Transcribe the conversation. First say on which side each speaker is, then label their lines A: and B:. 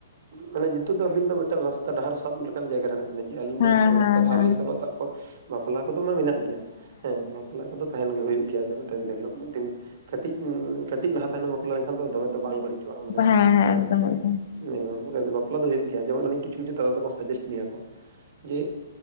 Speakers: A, on the right; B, on the left.
A: ᱢᱟᱱᱮ ᱧᱤᱛᱳᱜ ᱫᱚ ᱟᱹᱵᱤᱱ ᱫᱚ ᱢᱤᱫᱴᱟᱝ ᱨᱟᱥᱛᱟ ᱰᱟᱦᱟᱨ ᱥᱟᱵ ᱞᱮᱠᱟᱱ ᱡᱟᱭᱜᱟ ᱨᱮ ᱦᱮᱱᱟᱜ ᱵᱤᱱᱟ ᱡᱮ ᱟᱞᱤᱧ
B: ᱦᱮᱸ
A: ᱫᱚ ᱢᱤᱫᱴᱟᱝ
B: ᱦᱮᱸ
A: ᱨᱟᱥᱛᱟ
B: ᱦᱮᱸ
A: ᱰᱟᱦᱟᱨ ᱞᱤᱧ ᱥᱟᱵᱟ ᱛᱟᱯᱚᱨ ᱵᱟᱯᱞᱟ ᱠᱚᱫᱚ ᱢᱟ ᱢᱮᱱᱟᱜ ᱜᱮᱭᱟ ᱦᱮᱸ ᱵᱟᱯᱞᱟ ᱠᱚᱫᱚ ᱛᱟᱦᱮᱱ ᱜᱮ ᱦᱳᱭᱳᱜ ᱜᱮᱭᱟ ᱢᱤᱫ ᱦᱤᱞᱳ ᱢᱤᱫ ᱫᱤᱱ ᱠᱟᱹᱴᱤᱡ ᱩᱸ ᱠᱟᱹᱴᱤᱡ ᱞᱟᱦᱟ ᱛᱟᱦᱮᱱᱢ ᱵᱟᱯᱞᱟ ᱞᱮᱱᱠᱷᱟᱱ ᱫᱚᱢᱮ ᱫᱚ ᱵᱟᱝ ᱵᱟᱹᱲᱤᱡ ᱚᱱᱟ ᱢᱟᱱᱮ
B: ᱦᱮᱸ ᱦᱮᱸ ᱦᱮᱸ
A: ᱦᱮᱸ
B: ᱮᱠᱫᱚᱢ ᱮᱠᱫᱚᱢ
A: ᱮᱠᱫᱚᱢ ᱵᱟᱯᱞᱟ ᱫᱚ ᱦᱩᱭᱩᱜ ᱜᱮᱭᱟ ᱡᱮᱢᱚᱱ ᱟᱞᱤᱧ ᱠᱤᱪᱷᱩ ᱠᱤᱪᱷᱩ ᱫᱟᱫᱟ ᱥᱟᱡᱤᱥᱴ ᱞᱤᱧᱟᱹ ᱠᱚ ᱡᱮ